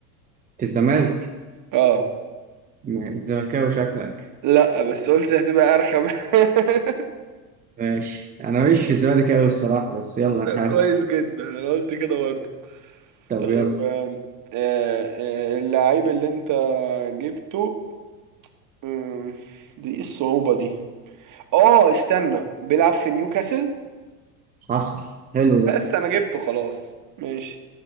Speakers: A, on the right; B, on the right.
A: في الزمالك
B: اه
A: م- زملكاوي شكلك
B: لا بس قلت هتبقى ارخم <laughs>
A: ماشي انا مش في الزمالك قوي الصراحه بس يلا
B: طب
A: نحاول
B: كويس جدا انا قلت كده برضه
A: طب
B: طيب
A: يلا
B: آم، آه، آه، اللعيب اللي انت جبته آم، دي ايه الصعوبة دي اه استنى بيلعب في نيوكاسل
A: حصل حلو ده
B: بس انا جبته خلاص ماشي